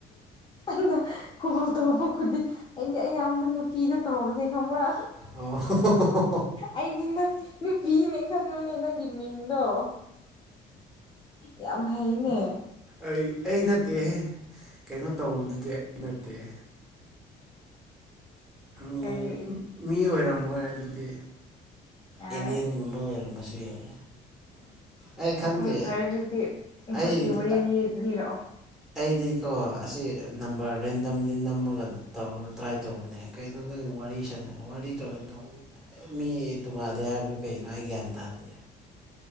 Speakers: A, on the left; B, in the centre.
A: ꯑꯩꯅ ꯀꯣꯜ ꯇꯧꯕ ꯈꯨꯗꯤꯡ ꯑꯩꯗꯤ ꯑꯌꯥꯝꯕ ꯅꯨꯄꯤꯗ ꯇꯧꯅꯤ ꯈꯃꯔꯥ
B: ꯑꯣ
A: ꯑꯩꯗꯤ ꯅꯪ ꯅꯨꯄꯤꯅꯦ ꯈꯟꯕꯅꯦ ꯅꯪꯒꯤ ꯃꯤꯡꯗꯣ ꯌꯥꯝ ꯍꯩꯅꯦ
B: ꯑꯩ ꯑꯩ ꯅꯠꯇꯦꯍꯦ ꯀꯩꯅꯣ ꯇꯧꯕꯗꯨꯗꯤ ꯑꯩ ꯅꯠꯇꯦꯍꯦ ꯃꯤ
A: ꯀꯔꯤ
B: ꯃꯤ ꯑꯣꯏꯔꯝꯃꯣꯏ ꯑꯗꯨꯗꯤ
A: ꯌꯥꯔꯦ
B: ꯑꯦꯂꯦꯟꯒꯨꯝꯕ ꯑꯣꯏꯔꯝꯕꯁꯨ ꯌꯥꯏ ꯑꯩ ꯈꯪꯗꯦ
A: ꯍꯣꯏ ꯐꯔꯦ ꯑꯗꯨꯗꯤ
B: ꯑꯩꯗꯤ
A: ꯚꯨꯠꯀꯤ ꯋꯥꯔꯤ ꯂꯤꯔꯛꯑꯣ
B: ꯑꯩꯗꯤꯀꯣ ꯑꯁꯤ ꯅꯝꯕꯔ ꯔꯦꯟꯗꯝꯂꯤ ꯅꯝꯃꯒꯗꯣ ꯇꯧꯔꯒ ꯇ꯭ꯔꯥꯏ ꯇꯧꯕꯅꯦ ꯀꯩꯅꯣ ꯅꯪ ꯋꯥꯔꯤ ꯁꯥꯟꯅ ꯋꯥꯔꯤ ꯇꯧꯔ ꯇꯧ ꯃꯤ ꯇꯣꯡꯉꯥꯗꯦ ꯍꯥꯏꯕꯗꯣ ꯀꯒꯤꯅꯣ ꯑꯩ ꯒ꯭ꯌꯥꯟ ꯇꯥꯗꯦ